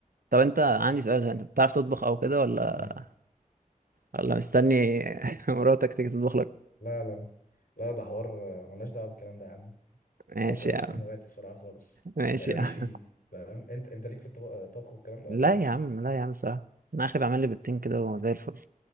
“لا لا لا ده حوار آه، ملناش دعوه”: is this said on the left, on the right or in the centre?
Left